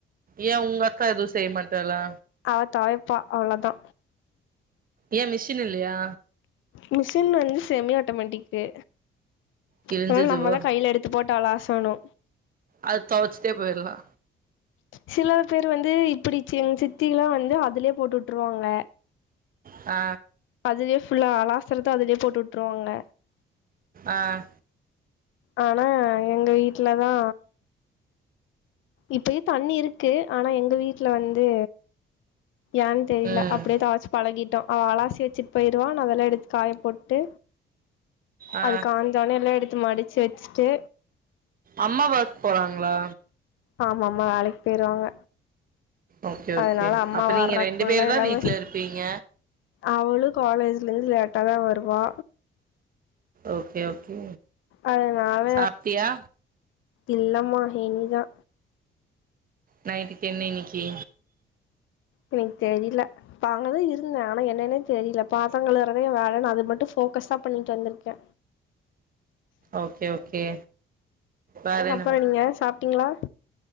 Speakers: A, on the right; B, on the left.
A: ஏ ஒங்க அக்கா எது செய்ய மாட்டாளா
B: அவ தொவைப்பா அவ்ளோதா
A: ஏ மிஷின் இல்லயா
B: மிஷின் வந்து செமி ஆட்டோமேட்டிக்கு
A: கிழிஞ்சிச்சுவோ
B: அதுனால நம்மதா கைல எடுத் து போட்டு அலாசணு
A: அதுக் தொவச்சுட்டே போயிறலா
B: சில பேர் வந்து இப்டி சிங் சித்தில்லா வந்து அதுலயே போட்டு விட்ருவாங்க
A: ஆ
B: அதுலயே ஃபுல்லா அலாசரது அதுலயே போட்டு விட்ருவாங்க
A: ஆ
B: ஆனா எங்க வீட்ல தா இப்பயு தண்ணி இருக்கு ஆனா எங்க வீட்ல வந்து ஏன் தெரில
A: ம்
B: அப்டியே தொவச்சு பழகிட்டோ அவ அலாசி வச்சுட்டு போயிருவா நா அதல்லா எடுத்து காய போட்டு
A: ஆ
B: அது காஞ்சோனே எல்லா எடுத்து மடுச்சு வச்சுட்டு
A: அம்மா வொர்க் போறாங்களா
B: ஆமாமா வேலைக் போயிருவாங்க
A: ஓகே ஓகே
B: அதனால அம்மா
A: அப்ப
B: வர்றக்குள்ள
A: நீங்க ரெண்டு பேர் தா
B: எல்லாமே
A: வீட்ல இருப்பீங்க
B: அவளு காலேஜ்ல இருந்து லேட்டா தா வருவா
A: ஓகே ஓகே
B: அதுனால
A: சாப்ட்டியா
B: இல்லம்மா இனிதா
A: நைட்டுக்கு என்ன இன்னக்கி
B: எனக் தெரில இப்ப அங்கதா இருந்தே ஆனா என்னன்னே தெரில பாசங்களறதே எ வேலன்னு அது மட்டு ஃபோக்கஸ்ஸா பண்ணிட்டு வந்துருக்கே
A: ஓகே ஓகே வேற
B: அப்பற
A: என்ன
B: நீங்க சாப்டிங்களா